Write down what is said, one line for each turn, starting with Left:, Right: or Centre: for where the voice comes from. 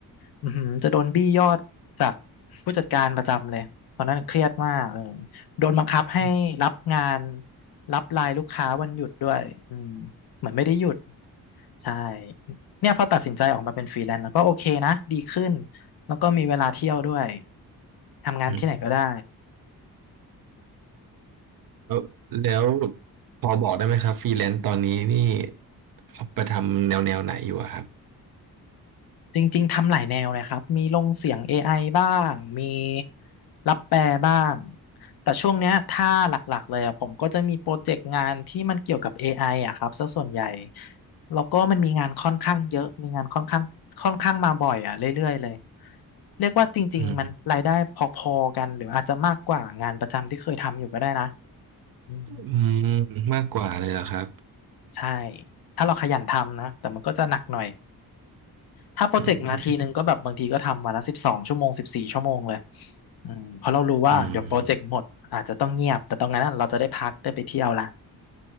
Left: อือหือจะโดนบี้ยอดจากผู้จัดการประจำเลยตอนนั้นเครียดมากเออโดนบังคับให้รับงาน
Right: อืม
Left: รับไลน์ลูกค้าวันหยุดด้วยอืมเหมือนไม่ได้หยุด ใช่เนี่ยพอตัดสินใจออกมาเป็นฟรีแลนซ์แล้วก็โอเคนะดีขึ้นแล้วก็มีเวลาเที่ยวด้วยทำงานที่ไหนก็ได้
Right: อืมแล้วแล้วพอบอกได้ไหมครับฟรีแลนซ์ตอนนี้นี่เอาไปทำแนวแนวไหนอยู่อะครับ
Left: จริงๆทำหลายแนวเลยครับมีลงเสียง AI บ้างมีรับแปลบ้างแต่ช่วงเนี้ยถ้าหลักๆเลยอ่ะผมก็จะมีโปรเจกต์งานที่มันเกี่ยวกับ AI อไออ่ะครับซะส่วนใหญ่แล้วก็มันมีงานค่อนข้างเยอะมีงานค่อนข้างค่อนข้างมาบ่อยอ่ะเรื่อยๆเลยเรียกว่าจริงๆมันรายได้พอๆกันหรืออาจจะมากกว่างานประจำที่เคยทำอยู่ก็ได้นะ
Right: อืม
Left: อืม
Right: อืมมากกว่าเลยเหรอครับ
Left: ใช่ ถ้าเราขยันทำนะ แต่มันก็จะหนักหน่อย ถ้าโปรเจกต์มาทีนึงก็แบบบางทีก็ทำวันละสิบสองชั่วโมงสิบสี่ชั่วโมงเลย
Right: อืม
Left: อืมเพราะเรารู้ว่าเดี๋ยวโปรเจกต์หมดอาจจะต้องเงียบ
Right: อืม
Left: แต่ตรงนั้นน่ะเราจะได้พักได้ไปเที่ยวละ